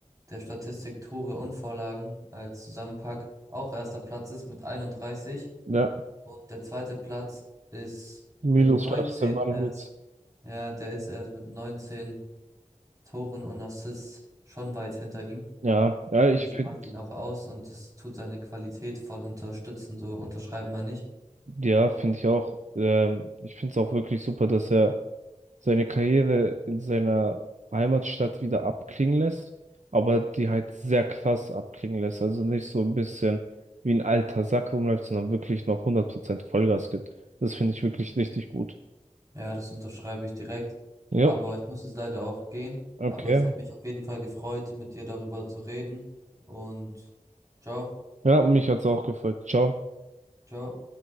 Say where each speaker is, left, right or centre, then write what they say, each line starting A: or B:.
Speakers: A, on the right; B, on the right.
A: der Statistik Tore und Vorlagen als Zusammenpack auch erster Platz ist mit 31.
B: ja.
A: Und der zweite Platz ist
B: Miroslav
A: mit 19
B: Stefanovic.
A: erst. Ja, der ist erst mit 19 Toren und Assists schon weit hinter ihm.
B: Ja, ja,
A: Finde
B: ich
A: ich,
B: finde,
A: macht ihn auch aus und es tut seine Qualität voll unterstützen. So unterschreiben wir nicht.
B: ja, finde ich auch. Ähm, ich finde es auch wirklich super, dass er seine Karriere in seiner Heimatstadt wieder abklingen lässt, aber die halt sehr krass abklingen lässt. Also nicht so ein bisschen wie ein alter Sack rumläuft, sondern wirklich noch 100% Vollgas gibt. Das finde ich wirklich richtig gut.
A: Ja, das unterschreibe ich direkt. Aber
B: Jo,
A: ich muss jetzt leider auch gehen.
B: okay.
A: Aber es hat mich auf jeden Fall gefreut, mit dir darüber zu reden. Und ciao,
B: Ja, mich hat's auch gefreut. Ciao.
A: ciao.